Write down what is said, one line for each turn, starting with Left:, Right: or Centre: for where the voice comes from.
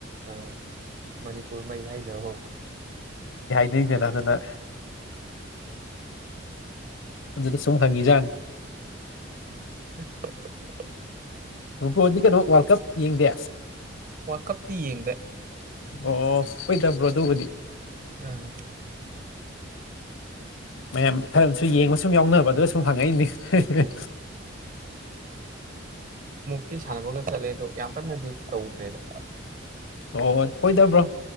Right: ꯑꯥ ꯃꯅꯤꯄꯨꯔ ꯃꯩ ꯍꯥꯏꯗ ꯍꯣ
Left: ꯃꯤ ꯀꯅꯗꯅ ꯗ ꯁꯨꯝ ꯍꯪꯉꯖꯅꯤ
Right: <unintelligible>
Left: ꯩꯅ ꯋꯥꯔꯜ ꯀꯞ ꯌꯦꯡꯗꯦ
Right: ꯋꯥꯀꯞꯇꯤ ꯌꯦꯡꯗꯦ
Left: ꯑꯣ ꯍꯣꯏꯇꯥꯕ꯭ꯔꯣ ꯑꯗꯨꯕꯨꯗꯤ
Right: ꯑꯥ
Left: ꯃꯌꯥꯝ ꯈꯔꯨ ꯌꯦꯡꯕ ꯁꯨꯝ ꯌꯥꯎꯅꯕ ꯑꯗꯨ ꯁꯨꯝ ꯍꯪꯉꯛꯏꯅꯦ ꯍ
Right: ꯇꯤ ꯁꯥꯟꯅꯕꯒ ꯆꯠꯂꯦ ꯑꯗꯣ ꯌꯥꯝ ꯀꯟꯅꯗꯤ ꯇꯧꯗ꯭ꯔꯦꯗ
Left: ꯍꯣꯏ ꯍꯣꯏ ꯑꯣꯏꯣꯏꯗꯕ꯭ꯔꯣ